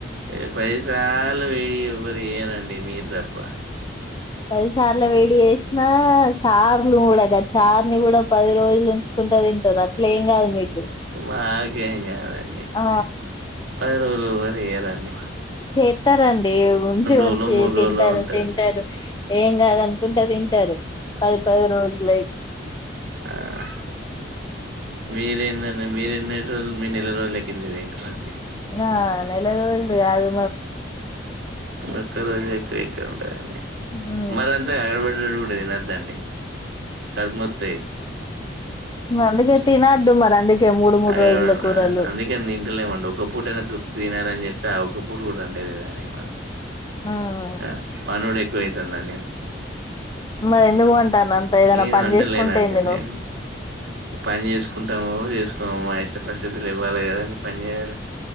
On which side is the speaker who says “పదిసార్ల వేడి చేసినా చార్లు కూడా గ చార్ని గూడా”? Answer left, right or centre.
Left